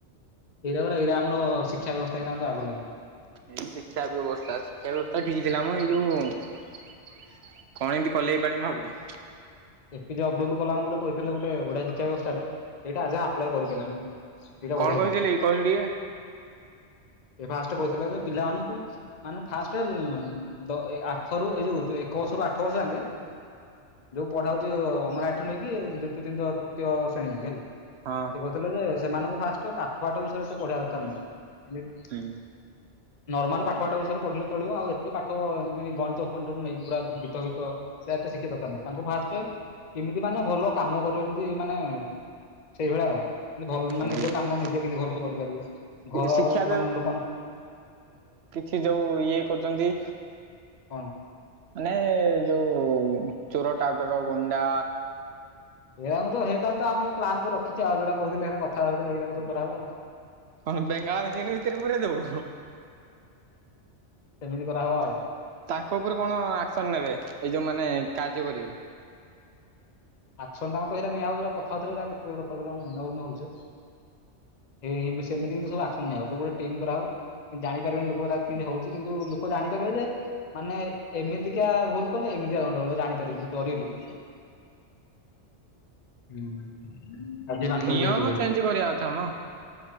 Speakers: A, on the left (about 40°); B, on the right (about 65°).
A: ଏଇରା ଗଡା ଏଇରା ଆମର ଶିକ୍ଷା ବ୍ୟବସ୍ଥା ଏଇଟା ମଧ୍ୟ ଆଉ ଗଲାନି।
B: ଏଇ ଶିକ୍ଷା ବ୍ୟବସ୍ଥା ଶିକ୍ଷା ବ୍ୟବସ୍ଥା ଠିକି ଥିଲା ମ ଏଇ ଯୋଉ କଣ ଏମିତି କଲେ ଏ ପାଳି ମୁ ଭାବୁଛି।
A: ଏ ପିଜେ ଅବଦୁଲ କଲାମ ଗୋଟେ କହିଥିଲେ ଗୋଟେ ବଢିଆ ଶିକ୍ଷା ବ୍ୟବସ୍ଥା ଟେ ଏଇଟା ଆଜ ଯାଏ ଆପ୍ଲା କରିପାରିଲେନି କେହି। ଏଇଟା
B: କଣ
A: ବଢ଼ିଆ ହେଇଥିଲା
B: କହିଥିଲି କହିଲୁ ଟିକେ
A: ଏ ଫାଷ୍ଟ କହିଥିଲା ଯେ ପିଲାମାନଙ୍କୁ ମାନେ ଫାଷ୍ଟ ଦ ଆଠ ରୁ ଏଇ ଯୋଉ ଏକ ବର୍ଷ ରୁ ଆଠ ବର୍ଷ ଯାଙ୍କେ ପଢାହଉଛି ଅଙ୍ଗନବାଡ଼ି ଠୁ ନେଇକି ଦ୍ୱିତୀୟ ତିନିଥ ତୃତୀୟ ଶ୍ରେଣୀ ଯାକେ ହେଲା।
B: ହଁ।
A: ସେ କହୁଥିଲେ ଯେ ସେମାନଙ୍କୁ ଫାଷ୍ଟ ପାଠ ପାଠ ବିଷୟରେ ଏତେ ପଢିବା ଦରକାର ନାହିଁ ଏମତି
B: ହୁଁ।
A: ନରର୍ମାଲ ପାଠ ପାଠ ବିଷୟରେ ପଢିଲେ ଚଳିବ ଆଉ ଏତେ ପାଠ ଏମିତି ଗଣିତ ଫଣିତ ନେଇକି ପୁରା ଗୀତ ଫିତ ସେ ଏତେ ଶିଖିବାଦରକାର ନାହିଁ ତାଙ୍କୁ ଫାଷ୍ଟ କେ କେମିତି ମାନେ ଭଲ କାମ କରିବ ଯେମିତି ମାନେ ସେଇଭଳିଆ ଆଉ। କିମତି ଭଲ
B: ହଉ।
A: ମାନେ ନିଜ କାମ ନିଜେ କେମତି ଭଲସେ କରିପାରିବେ ଘର
B: ଶିକ୍ଷା
A: ବାନ ଲୋକମାନୁ
B: ସେ ଯୋଉ ଇଏ କରୁଛନ୍ତି
A: କଣ?
B: ମାନେ ଯୋଉ ଚୁର, ଟାଉଟର, ଗୁଣ୍ଡା
A: ଏରାଙ୍ଗୁ ତ ହେଇଟା ତ ଆମେ ତ ପ୍ଲନ୍ କରି ରଖିଚେ ଆଉ ଯୋଉଟା କହୁଥିଲେ ହେରା କଥା ହଉଥିଲେ ହେରା ସବୁ କରହବା।
B: ହଁ ବେଙ୍ଗାଳ କିଣି ଭିତରେ ପୁରେଇଦବୁ।
A: ସେମିତି କରା ହବ ଆଉ।
B: ତାଙ୍କ ଉପରେ କଣ ଆକ୍ସନ ନେବେ ଏଇ ଯୋଉମାନେ କାର୍ଯ୍ୟ କରିବେ?
A: ଆକ୍ସନ ତମତ ସେଟା ନିଆ ହବ ସେଟା କଥା ହଉଥିଲେ ସେଇଟା କେତବେ କଥାଉଥିଲା ମନେ ପଡୁନି ଭଲସେ। ହେଇ ସେମତିି ସବୁ ଆକ୍ସନ ନିଆ ହବ ସବୁ ବେଳେ ଟିମ୍ କରାହେବ କିନ୍ତୁ ଜାଣିପାରିବେନି ଲୋକଗୁରା କିମତି ହଉଛି କିନ୍ତୁ ଲୋକ ଜାଣିପାରିବେ ଯେ ମାନେ ଏମିତିକା ଭୁଲ କଲେ ଏମିତିକା ଦଣ୍ଡ ମିଳେ ଜାଣିପାରିବେନି କିନ୍ତୁ ଡରିବେ ଲୋକ। ହୁଁ। ଆଉ ସେ ବାଟକୁ
B: ନିୟମ
A: କେହି ଯିବେନି
B: ଚେଞ୍ଜ କରିବା କଥା ମ।